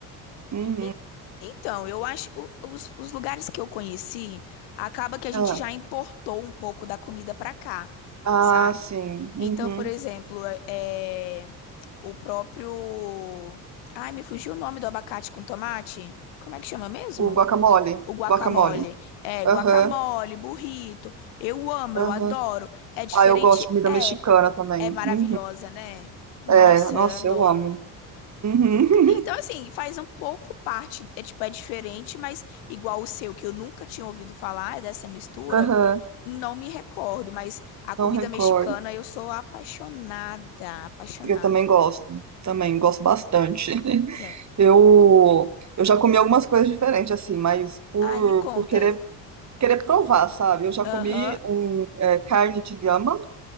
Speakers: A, on the right; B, on the left.
A: Uhum.
B: En- Então, eu acho o- os, os lugares que eu conheci, acaba que a gente
A: Ah,
B: já importou um pouco da comida pra cá,
A: ah,
B: sabe?
A: sim. Uhum.
B: Então, por exemplo, é, é, o próprio. Ai, me fugiu o nome do abacate com tomate. Como é que chama mesmo?
A: O guacamole.
B: O guacamole.
A: Guacamole.
B: É,
A: Aham,
B: guacamole, burrito. Eu amo,
A: aham.
B: eu adoro. É diferente?
A: Ah, eu gosto de comida
B: É.
A: mexicana também.
B: É maravilhosa,
A: Uhum.
B: né? Nossa,
A: É, nossa,
B: eu adoro.
A: eu amo. Uhum.
B: Então, assim, faz um pouco parte, é tipo, é diferente, mas igual o seu, que eu nunca tinha ouvido falar dessa mistura,
A: <laughs> Aham,
B: não me recordo, mas a comida
A: Não recordo.
B: mexicana eu sou apaixonada, apaixonada.
A: Eu também gosto. Também gosto bastante.
B: É.
A: Eu, eu já comi algumas coisas diferentes, assim, mas por,
B: Ai, me conta.
A: por querer, querer provar, sabe? Eu já comi
B: Aham.
A: um, é, carne de lhama,